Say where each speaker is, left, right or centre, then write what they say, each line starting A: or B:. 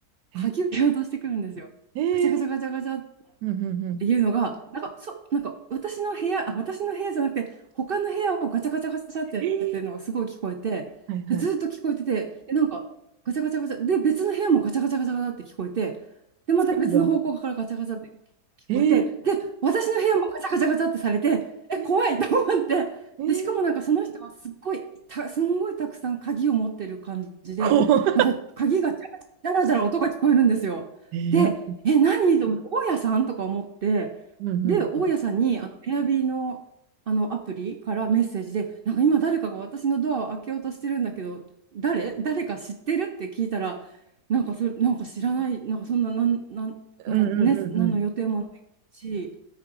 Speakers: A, on the right; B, on the right.
A: 鍵を落としてくるんですよ。
B: え、えー、
A: ガチャガチャガチャガチャっ
B: うんうんうん。
A: っていうのが、なんか、そ、なんか私の部屋、あ、私の部屋じゃなくて、他の部屋をガチャガチャガチャってやってるのがすごい聞こえて、
B: えー、はいはい。
A: で、ずっと聞こえてて、で、なんか、ガチャガチャガチャ、で、別の部屋もガチャガチャガチャガチャって聞こえて、で、また別の方向からガチャガチャって聞
B: 全部ある。えー、
A: こえて、で、私の部屋もガチャガチャガチャってされて、え、
B: え
A: 怖い <laughs> と思って、
B: ー、えー、
A: で、しかもなんかその人はすっごい、た、すんごいたくさん鍵を持ってる感じで、
B: 怖
A: なんか鍵がジャラジャラジャラジャラ音が聞こえるんですよ。
B: い。
A: で、
B: えー、
A: え、何と思って、大家さんとか思って、
B: うんうん。
A: で、大家さんに、あの、エアビーの、あの、アプリからメッセージで、なんか今誰かが私のドアを開けようとしてるんだけど、誰誰か知ってるって聞いたら、なんかそれ、なんか知らない、なんかそんな、なん、なん、なんかね、
B: うんうんうん
A: 何の予定もないし、